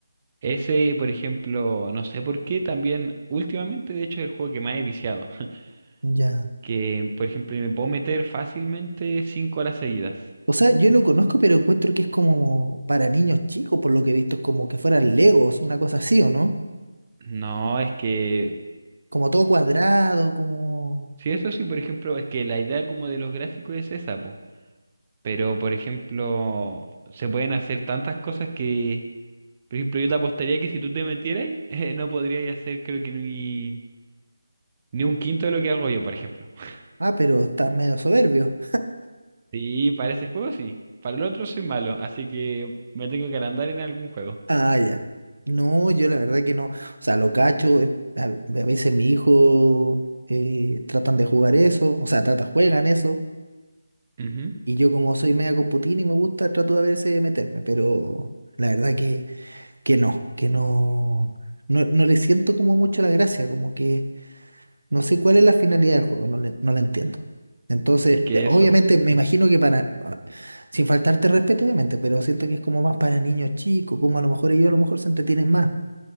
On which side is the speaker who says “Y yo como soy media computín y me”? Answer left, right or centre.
Right